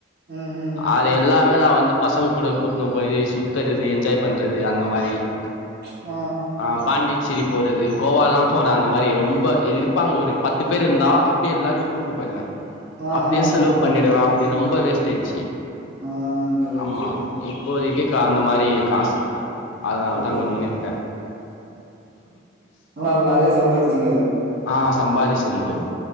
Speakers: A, on the right; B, on the left.
A: ம் ம்
B: அது எல்லாமே நா வந்து பசங்க கூட கூட்னு போயீ சுத்தறது என்ஜாய் பண்றது அந்த மாரி
A: அ
B: அ பாண்டிச்சேரி போறது கோவால்லா போன அந்த மாரி ரொம்ப இருப்பாங்க ஒரு பத்து பேர் இருந்தா அப்டியே எல்லாரையு கூட்னு போய்டுவ
A: ஆ ஆ
B: அப்டியே செலவு
A: ஆ பரவால்ல.
B: பண்ணிடுவ அப் அப்டி ரொம்ப வேஸ்ட் ஆய்ச்சி
A: ஆ கரெக்ட்டு.
B: ஆமா
A: ஆ
B: இ இப்போதைக்கு அந்த மாரி காசு இல்ல அதனால
A: இப்ப
B: தா கம்முனு இருக்கே
A: ஆனா அதுல நெறைய சம்பாரிச்சீங்க.
B: ஆ சம்பாதிஷ ப்ரோ